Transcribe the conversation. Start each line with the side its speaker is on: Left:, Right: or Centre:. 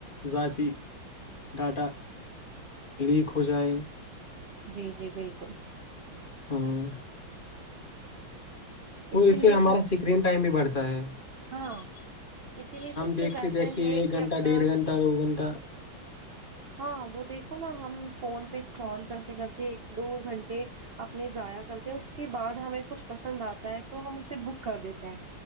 Left: ذاتی ڈاٹا لیک ہو جائے
Right: جی جی بالکل
Left: ہاں اور
Right: اسی
Left: اس
Right: لیے
Left: سے ہمارا
Right: سب
Left: اسکرین ٹائم بھی بڑھتا ہے تا ہے
Right: ہاں اسی لیے سب سے
Left: دیکھتے
Right: بہتر
Left: دیکھتے
Right: ہے
Left: ایک
Right: کہ
Left: گھنٹہ
Right: اپنا
Left: ڈیڑھ گھنٹہ دو گھنٹہ
Right: ہاں وہ دیکھو نا ہم فون پہ اسٹرال کرتے کرتے ایک دو گھنٹے اپنے ضاائیا کرتے ہیں اس کے بعد ہمیں کچھ پسند آتا ہے تو ہم اسے بک کر دیتے ہیں